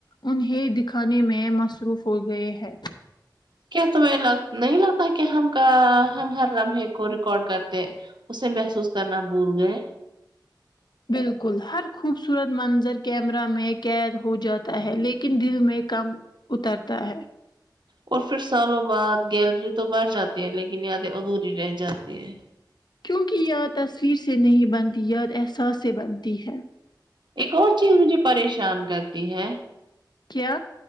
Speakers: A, on the left; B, on the right.
A: انہیں دکھانے میں مصروف ہو گئے ہیں
B: کیا تمہی لگ نہیں لگتا ہے ک ہم کا ہم ہر لمحے کو ریکارڈ کرتے ہیں اسے محسوس کرنا بول گئے
A: بالکل ہر خوبصورت منظر کیمرہ میں قید ہو جاتا ہے لیکن دل میں کم اترتا ہے
B: اور پھر سالوں بعد گیلری تو بر جاتی ہے لیکن یادیں ادھوری رہ جاتی ہے
A: کیونکہ یاد تصویر سے نہیں بنتی یاد احساس سے بنتی ہے
B: ایک اور چیز مجھے پریشان کرتی ہے
A: کیا